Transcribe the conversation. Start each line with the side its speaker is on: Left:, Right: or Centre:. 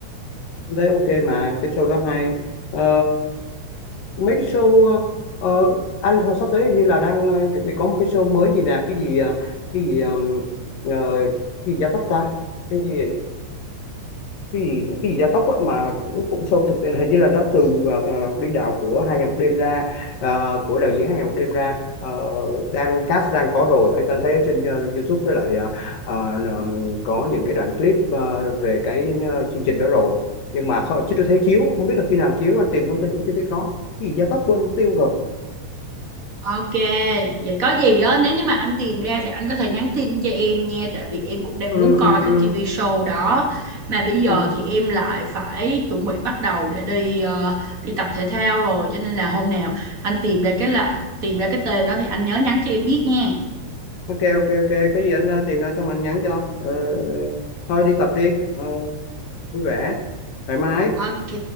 Left: Anh thấy ok mà cái show đó hay Ờ, mấy cái show ờ, ờ, anh hồi sắp tới hình như là đang ờ, chuẩn bị có một cái show mới gì nè cái gì ờ, cái gì ờ, ờ, cái gì gia tốc ta cái gì cái gì cái gì gia tốc á, mà cũng cũng show thực hình như là nó từ ờ, biên đạo của hai ngày một đêm ra ờ, của đạo diễn hai ngày một đêm ra Ờ, đang cast đang có rồi ở anh thấy ở trên ờ, YouTube với lại ờ, ờ, ờm, có những cái đoạn clip ờ, về cái ờ, chương trình đó rồi nhưng mà kho- chưa thấy chiếu không biết là khi nào chiếu anh tìm thông tin cũng chưa thấy có cái gì gia tốc quên mất tiêu rồi
Right: Ok, vậy có gì á nếu như mà anh tìm ra thì anh có thể nhắn tin cho em nha tại vì em cũng đang
Left: ừ,
Right: muốn coi
Left: ừ,
Right: cái
Left: ừ,
Right: TV show đó mà bây giờ
Left: ừ.
Right: thì em lại phải chuẩn bị bắt đầu để đi ờ, đi tập thể thao rồi cho nên là hôm nào anh tìm ra cái là tìm ra cái tên đó thì anh nhớ nhắn cho em biết nha.
Left: ok ok ok cái gì anh ờ, tìm ra xong anh nhắn cho Ờ, thôi đi tập đi Ờ, vui vẻ thoải mái
Right: Ok,